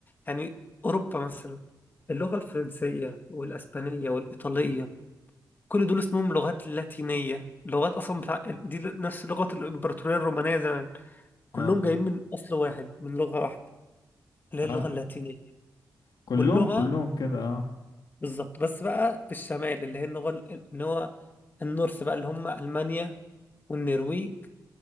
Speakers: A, on the left; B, on the left.
A: يعني اوروبا مثلا اللغه الفرنسيه والاسبانيه والايطاليه كل دول اسمهم لغات لاتينيه لغات اصلا بتاع دي نفس لغه الامبراطوريه الرومانيه زمان كلهم
B: اه
A: جايين من اصل واحد من لغه واحده اللي
B: اه
A: هي اللغه اللاتينيه
B: كلهم
A: واللغه
B: كلهم كده اه
A: بالظبط بس بقى في الشمال اللي هي اللغه ال- اللي هو النورث بقى اللي هم المانيا والنرويج